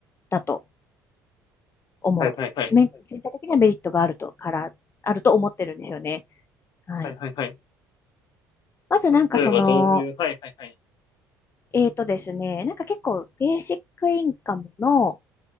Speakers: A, on the left; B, on the left.
A: だと思う。
B: はい。はい。はい。
A: め、全体的にはメリットがあると、から、あると思ってるんですよね。はい。
B: はい。はい。はい。
A: まずなんかその、
B: 例えばどういう、はいはいはい。
A: えーとですね、なんか結構ベーシックインカムの、